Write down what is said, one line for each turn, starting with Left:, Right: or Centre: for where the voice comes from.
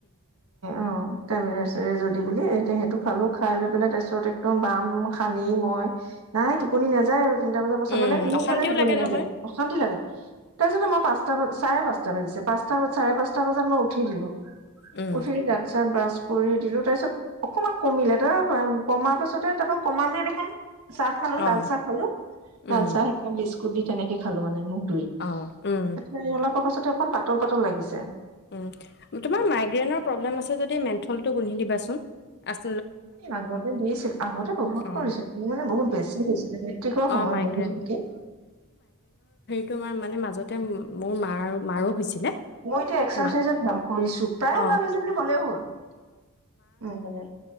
Right: অ তৰে যদি বুলি তেহেইতটো খালো খাই লৈ পেলাই তাৰপিছত একদম বাম সানি মই নাই টোপনি নাযায় আৰু তিনিটা বজাৰ পাছত‌
Left: উম,
Right: মানে কোনো
Left: অশান্তিও
Right: কাৰণে টোপনি
Left: লাগে নহয়।
Right: নাযায় অশান্তি‌ লাগে। তাৰ পিছত মই পাঁচটা চাৰে পাঁচটা বাজিছে পাঁচটা চাৰে পাঁচটা বজাত মই উঠি দিলো উঠি
Left: উম,
Right: দাঁত চাত ব্ৰাছ কৰি দিলো তাৰপিছত অকমান কমিলে তাৰ কমাৰ পাছতে তাৰপা কমা নাই দেখোন চাহ খালো,
Left: অ',
Right: লাল চাহ খালো
Left: উম,
Right: লাল চাহ একাপ <unintelligible> বিস্ুট দি তেনেকে খালো মানে মই <unintelligible>
Left: অ', উম,
Right: এখন পাতল পাতল লাগিছে
Left: উম, তোমাৰ মাইগ্ৰেণৰ প্ৰব্লেম আছে যদি মেন্থলটো গোন্ধি দিবাচোন‌ <unintelligible>
Right: আগতে দিছিল আগতে বহুত
Left: অ',
Right: কৰিছিল মোৰ মানে বহুত বেছি হৈছিল মেট্ৰিকৰ
Left: অ',
Right: সময়ত
Left: মাইগ্ৰেইন
Right: মোৰ বিশষকে
Left: মাৰ মানে মাজতে মোৰ মাৰ মাৰো হৈছিলে
Right: মই এতিয়া এক্সাৰচাইজত
Left: মা
Right: ভাল কৰিছো প্ৰায়ে
Left: অ',
Right: ভাল হৈছে বুলি কলেও হ'ল উ